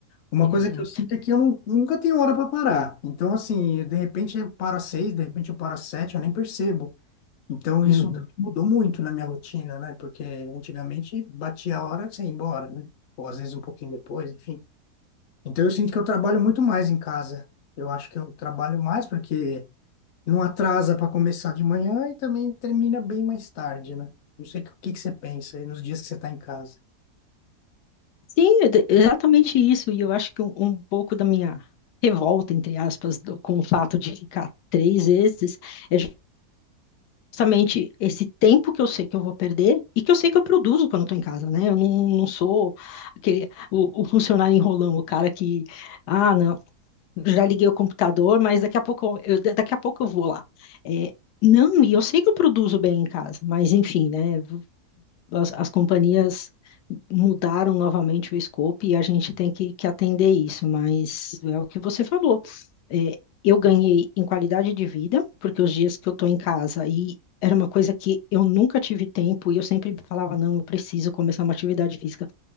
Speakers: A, on the left; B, on the left.
A: Uma
B: Exato.
A: coisa que eu sinto é que eu nu- nunca tenho hora para parar. Então, assim, de repente eu paro às seis, de repente eu paro às sete, eu nem percebo. Então,
B: Uhum.
A: isso também mudou muito na minha rotina, né? Porque antigamente batia a hora e você ia embora, né? Ou às vezes um pouquinho depois, enfim. Então eu sinto que eu trabalho muito mais em casa. Eu acho que eu trabalho mais porque não atrasa para começar de manhã e também termina bem mais tarde, né? Não sei o que que você pensa aí nos dias que você está em casa.
B: Sim, é de- exatamente isso, e eu acho que um, um pouco da minha revolta, entre aspas, do- com o fato de ficar três vezes, é justamente esse tempo que eu sei que eu vou perder e que eu sei que eu produzo quando eu estou em casa, né? Eu não, não sou aquele, o, o funcionário enrolando, o cara que... Ah, não. já liguei o computador, mas daqui a pouco eu, eu- daqui a pouco eu vou lá. É, não, e eu sei que eu produzo bem em casa, mas enfim, né? As, as companhias mudaram novamente o escopo e a gente tem que, que atender isso, mas é o que você falou. É, eu ganhei em qualidade de vida, porque os dias que eu estou em casa e Era uma coisa que eu nunca tive tempo e eu sempre falava, não, eu preciso começar uma atividade física.